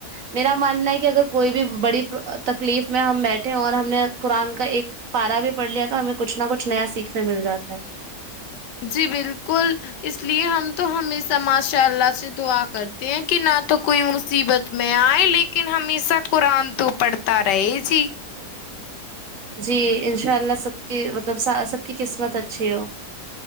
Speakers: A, on the right; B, on the left.
A: میرا ماننا ہے کہ اگر کوئی بھی بڑی تکلیف میں ہم بیٹھے اور ہم نے قرآن کا ایک پارا بھی پڑھ لیا تو ہمیں کچھ نہ کچھ نیا سیکھنے مل جا ہے
B: جی بالکل اس اس لیے ہم تو ہمیشہ ماشاء اللہ سے دعا کرتے ہیں کہ نہ تو کوئی مصیبت میں آئے لیکن ہمیشہ قرآن تو پڑھتا رہے جی
A: جی انشاء اللہ سب کی مطلب سب کی قسمت اچھی ہو